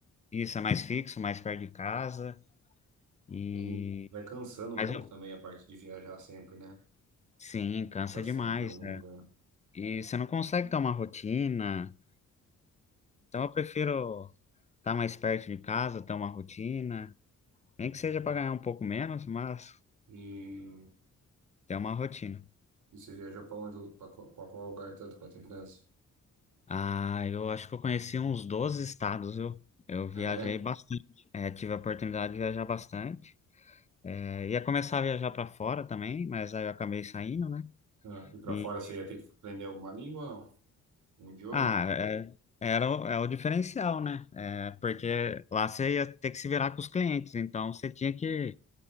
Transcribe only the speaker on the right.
Tem- Vai cansando
um pouco
também a parte de viajar sempre, né?
Tá sempre
em algum
lugar.
E, e
você viajou pra onde? Pra qual, pra qual lugar tanto quanto a criança?
Ah,
é?
Ah, e pra
fora você ia ter que aprender alguma língua ou não? Um idioma?